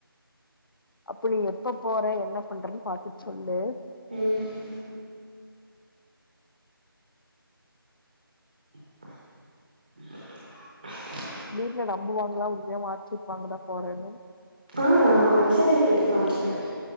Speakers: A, on the left (about 65°); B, on the right (about 25°).
A: அப்படி எப்ப போற என்ன பண்றன்னு பாத்து சொல்லு
B: ம் <unintelligible>
A: வீட்ல நம்புவாங்கா உண்மையா மார்க் ஷீட் வாங்கதா போறன்னு
B: ஆ ஆமா மெசஜர் எடுத்து காமிச்சிருவேன்